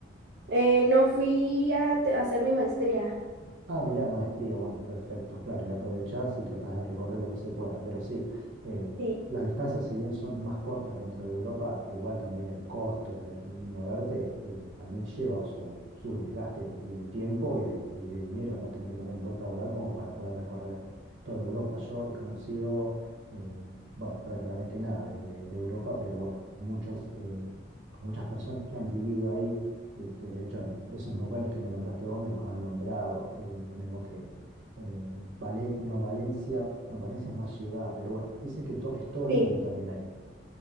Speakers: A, on the right; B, on the right.
A: Eh, no fui a, te- a hacer mi maestría.
B: Ah, mirá, maestría, bueno, perfecto, claro, y aprovechás y tratás de recorrer lo que se pueda, pero sí, eh,
A: Sí,
B: las distancias, si bien son más cortas dentro de Europa, igual también el costo y, la- y moverte eh, también lleva su, su desgaste y de tiempo y de, y de dinero, ¿no? Tenés que tener un buen caudal como para poder recorrer toda Europa. Yo he conocido, eh, bueno, prácticamente nada de, de- de Europa, pero bueno, muchos, eh, muchas personas que han vivido ahí eh, que de hecho en esos lugares que me nombraste vos me los han nombrado, eh, lo mismo que eh, Vale- no Valencia, no Valencia es más ciudad, pero bueno, dice que to- es todo
A: sí,
B: lindo también ahí.